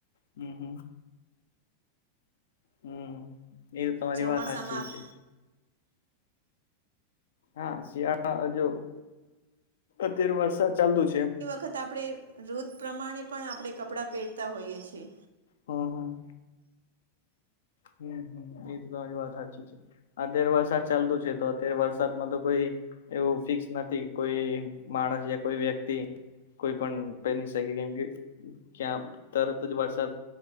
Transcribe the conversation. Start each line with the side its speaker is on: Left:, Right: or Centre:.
Left: હમ હમ હમ એ તો તમારી
Right: ચોમાસામાં
Left: વાત સાચી
Right: હ
Left: છે હા શિયાળા હજ અત્યારે વરસાદ ચાલતુ છે
Right: ખત આપણે ઋત પ્રમાણે પણ આપણે કપડાં પહેરતા હોઈએ છીએ.
Left: હ હ હમ એ તો તમારી વાત સાચી છે. અત્યારે વરસાદ ચાલતું છે, તો અત્યારે વરસાદમાં તો કોઈ એવું ફિક્સ નથી. કોઈ માણસ યા કોઈ વ્યક્તિ કોઈ પણ પેની શકે કેમ કે ક્યાં તરત જ વરસાદ